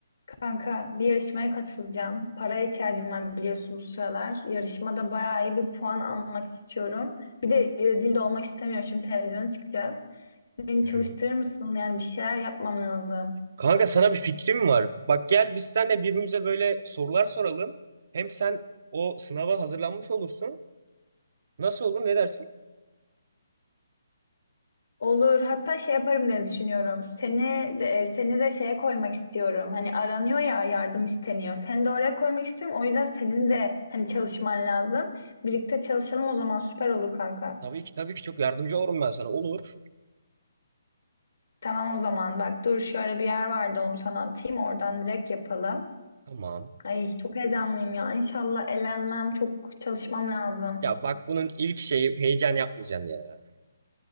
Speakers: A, on the left; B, on the right.
A: Kanka bir yarışmaya katılacağım. Paraya ihtiyacım var biliyorsun bu sıralar. Yarışmada bayağı iyi bir puan almak istiyorum. Bir de rezil de olmak istemiyorum. Şimdi televizyona çıkacağız. Beni
B: Hı
A: çalıştırır
B: hı.
A: mısın? Yani bir şeyler yapmam lazım.
B: Kanka sana bir fikrim var. Bak gel biz seninle birbirimize böyle sorular soralım. Hem sen o sınava hazırlanmış olursun. Nasıl olur ne dersin?
A: Olur. Hatta şey yaparım diye düşünüyorum. Seni de, e, seni de şeye koymak istiyorum. Hani aranıyor ya yardım isteniyor. Seni de oraya koymak istiyorum. O yüzden senin de hani çalışman lazım. Birlikte çalışalım o zaman süper olur kanka.
B: Tabii ki tabii ki çok yardımcı olurum ben sana. Olur.
A: Tamam o zaman bak dur şöyle bir yer vardı onu sana atayım oradan direkt yapalım.
B: Tamam.
A: Ay çok heyecanlıyım ya İnşallah elenmem çok çalışmam lazım.
B: Ya bak bunun ilk şeyi heyecan yapmayacaksın ya.